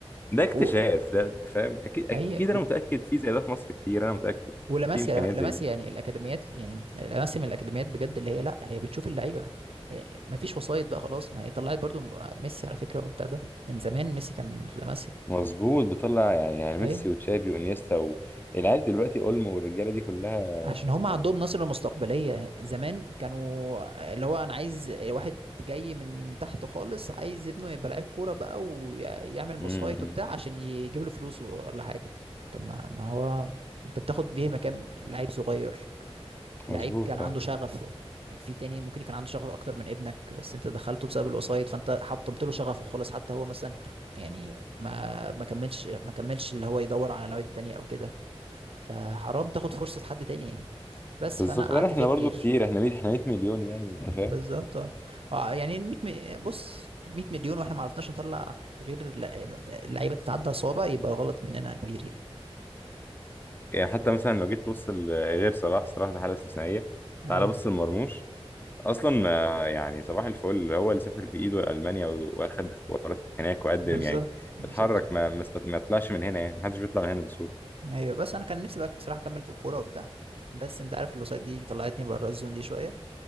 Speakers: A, on the left; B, on the right.
A: ده اكتشاف
B: و...
A: ده فاهم اكيد اكيد
B: اي
A: انا متاكد في زي ده في مصر كتير انا متاكد
B: ولاماسيا
A: في امكانيات
B: لاماسيا
A: زي دي
B: يعني الاكاديميات يعني لاماسيا من الاكاديميات بجد اللي هي لا هي بتشوف اللعيبه إيه، مفيش وسايط بقى خلاص ما هي طلعت برضو م- ميسي على فكره وبتاع ده من زمان ميسي كان في لاماسيا
A: مظبوط بيطلع يعني يعني ميسي
B: ايه
A: وتشافي وانيستا والعيال دلوقتي اولمو والرجاله دي كلها
B: عشان
A: و...
B: هم عندهم نظره مستقبليه زمان كانوا آه، اللي هو انا عايز واحد جاي من تحت خالص عايز ابنه يبقى لعيب كوره بقى ويعمل
A: م-
B: وسايط
A: م.
B: وبتاع عشان يجيب له فلوس ولا حاجه طب ما ما هو انت بتاخد بيه مكان لعيب صغير لعيب
A: مظبوط
B: كان عنده
A: اه
B: شغف يعني في تاني ممكن يكون عنده شغف اكتر من ابنك بس انت دخلته بسبب الوسايط فانت حطمت له شغفه خالص حتى هو مثلا يعني ما ما كملش ما كملش اللي هو يدور على نوادي تانية او كده فحرام تاخد فرصة حد تاني يعني بس
A: بالظبط
B: فانا قعدت
A: لا احنا
B: فيها كتير
A: برضو كتير احنا 100 احنا 100 مليون يعني انت فاهم
B: بالظبط اه آه، يعني 100 مي... بص 100 مليون واحنا ما عرفناش نطلع غير لع- لعيبة تتعدى صوابع يبقى غلط مننا كبير يعني
A: يعني حتى مثلا لو جيت تبص ل- غير صلاح صلاح ده حاله استثنائيه
B: ايوه
A: تعال بص لمرموش اصلا آه، يعني صباح الفل هو اللي سافر بايده لالمانيا و- واخد اختبارات هناك وقدم
B: بالظبط
A: يعني
B: بالظبط
A: اتحرك ما ما س- ما طلعش من هنا يعني محدش بيطلع من هنا بسهوله
B: ايوه بس انا كان نفسي بقى صراحه اكمل في الكوره وبتاع بس انت عارف الوسائط دي طلعتني بره الزون دي شويه